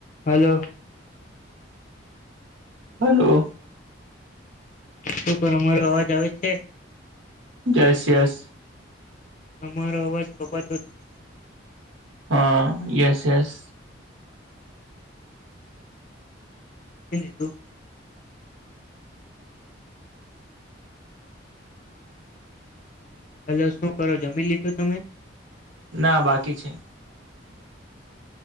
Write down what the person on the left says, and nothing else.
hello
શું કરો મારો અવાજ આવે છે.
તમારો અવાજ કપાતો છે.
લીજું ભલો શું કરો જમી લીધું તમે